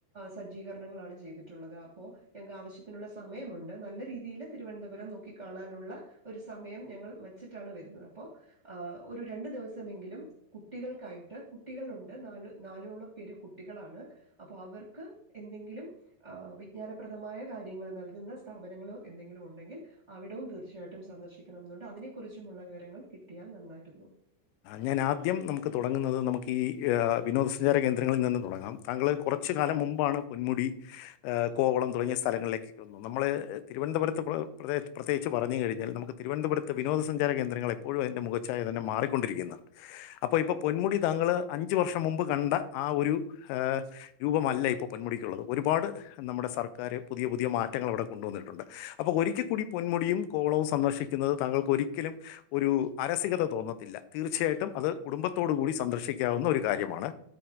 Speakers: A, on the right; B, on the left.
A: സജ്ജീകരണങ്ങളാണ് ചെയ്തിട്ടുള്ളത് അപ്പോൾ ഞങ്ങക്ക് ആവശ്യത്തിനുള്ള സമയമുണ്ട് നല്ല രീതിയിൽ തിരുവനന്ത പുരം നോക്കികാണാനുള്ള ഒരു സമയം ഞങ്ങൾ വെച്ചിട്ടാണ് വരുന്നത് അപ്പോ ഒരു രണ്ടു ദിവസം മി മെങ്കിലും കുട്ടികൾക്കായിട്ട് കുട്ടികളുണ്ട് നാല് നാലോളം പേര് കുട്ടികളാണ് അപ്പോ അവർ ക്ക് എന്തെങ്കിലും വിജ്ഞാനപ്രദമായ കാര്യങ്ങൾ നൽകുന്ന സ്ഥാപനങ്ങളോ എന്തെങ്കിലും ഉണ്ടെങ്കിൽ അവിടോം തീർച്ചയായിട്ടും സന്ദർശിക്കണം എന്നുണ്ട് അതിനെ കുുറിച്ചുമുള്ള വിവരങ്ങൾ കിട്ടിയാൽ നന്നായിരുന്നു
B: ഞാൻ ആദ്യം നമുക്ക് തുടങ്ങുന്നത് നമുക്ക് ഈ വിനോദസഞ്ചാര കേന്ദ്രങ്ങളിൽ നിന്ന് തുടങ്ങാം താങ്കൾ കുറച്ച് കാലം മുമ്പാണ് പൊന്മുടി കോ കൊവളം തുടങ്ങിയ സ്ഥലങ്ങളിലേക്ക് വന്ന നമ്മള് തിരുവനന്തപുരത്ത് പ്ര പ്രതേയിത്ത് പ്രത്യേച്ച് പറഞ്ഞഴിഞ്ഞാൽ നമുക്ക് തിരുവനന്തപുരത്ത് വിനോദസഞ്ചാര കേന്ദ്രങ്ങൾ എപ്പോഴും അതിന്റെ മുഖച്ചായ തന്നെ മാറി കൊണ്ടിരിക്കുന്ന അപ്പൊ ഇപ്പൊ പൊന്മുടി താങ്കൾ അഞ്ച് വർഷം മുമ്പ് കണ്ട ആ ഒരു രൂപമല്ല ഇപ്പോൾ പെന്മുടിക്കുള്ളത് ഒരുപാട് നമ്മുടെ സർക്കാർ പുതിയ പുതിയ മാറ്റങ്ങൾ അവിടെ കൊണ്ടുവന്നിട്ടുണ്ട് അപ്പോ ഒരിക്കൽ കൂടി പൊന്മുടിയും കോളവും സന്ദർശിക്കുന്നത് താങ്കൾക്ക് ഒരിക്കലും ഒരു അരസികത തോന്നത്തില്ല തീർച്ചയായിട്ടും അത് കുടുംബത്തോടു കൂടി സന്ദർശിക്കാവുന്ന ഒരു കാര്യമാണ്.